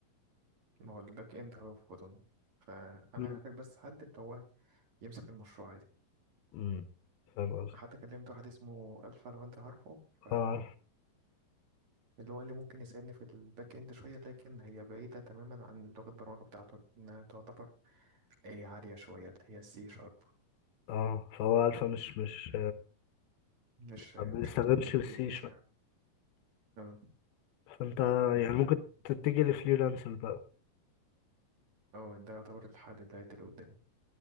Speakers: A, on the right; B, on the left.
A: ما هو الباك اند هو فودن فانا
B: امم
A: هحتاج بس حد اللي هو يمسك المشروع دي
B: امم فاهم قصدي
A: حتى كلمت واحد اسمه الفا لو انت عارفه فاللي
B: اه عارف.
A: هو اللي ممكن يساعدني في الباك اند شويه لكن هي بعيده تماما عن لغه البرمجه بتاعته انها تعتبر اي عاليه شويه اللي هي السي شارب
B: اه فهو الفا مش مش
A: مش
B: ما
A: مش
B: بيستخدمش
A: متمكن
B: السي
A: فيها مش عارف اه
B: فانت يعني
A: ف-
B: ممكن تتجه لفريلانسر بقى
A: اه ده يعتبر الحل دلوقتي اللي قدامي